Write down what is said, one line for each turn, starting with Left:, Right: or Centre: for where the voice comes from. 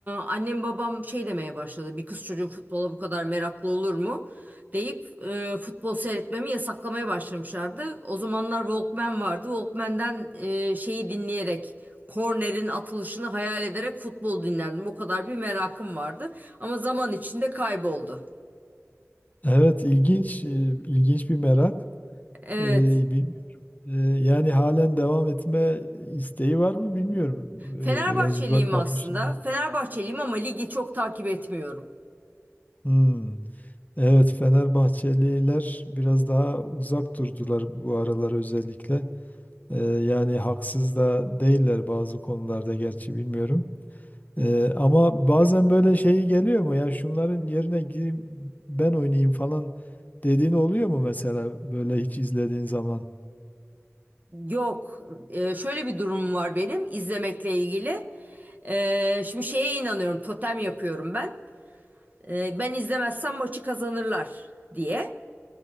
Right: annem babam şey demeye başladı. Bir kız çocuğu futbola bu kadar meraklı olur mu? deyip e, futbol seyretmemi yasaklamaya başlamışlardı. O zamanlar Walkman vardı. Walkman'den e, şeyi dinleyerek kornerin atılışını hayal ederek futbol dinlerdim. O kadar bir merakım vardı. Ama zaman içinde kayboldu.
Left: Evet ilginç e, ilginç bir merak.
Right: Evet.
Left: Ee, bilmiyorum. Ee, yani halen devam etme isteği var mı bilmiyorum.
Right: Fenerbahçeliyim
Left: Ee, biraz uzak kalmışız.
Right: aslında. Fenerbahçeliyim ama ligi çok takip etmiyorum.
Left: Hmm. Evet, Fenerbahçeliler biraz daha uzak durdular bu aralar özellikle. Ee, yani haksız da değiller bazı konularda gerçi bilmiyorum. Ee, ama bazen böyle şeyi geliyor mu ya şunların yerine gireyim ben oynayayım falan dediğin oluyor mu mesela böyle hiç izlediğin zaman?
Right: Yok. Ee, şöyle bir durumum var benim izlemekle ilgili. Ee, şimdi şeye inanıyorum. Totem yapıyorum ben. Ee, ben izlemezsem maçı kazanırlar diye.